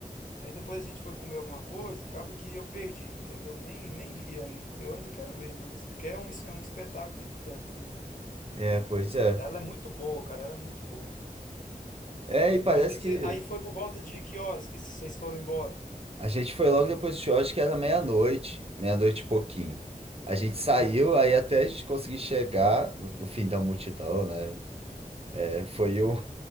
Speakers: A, on the left (about 60°); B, on the right (about 40°).
A: Aí depois a gente foi comer alguma coisa e acaba que eu perdi, entendeu? Nem, nem vi ainda. Eu ainda quero ver, mas porque é um, isso é um espetáculo e tanto, né?
B: É, pois é.
A: Ela é muito boa, cara. Ela é muito boa.
B: É, e parece
A: Mas aí, cê-
B: que
A: aí foi por volta de que horas que vocês foram embora?
B: A gente foi logo depois do show, acho que era meia-noite, meia-noite e pouquinho. A gente saiu,
A: Ah,
B: aí até a gente conseguir chegar no, no fim da multidão, né? É, foi um,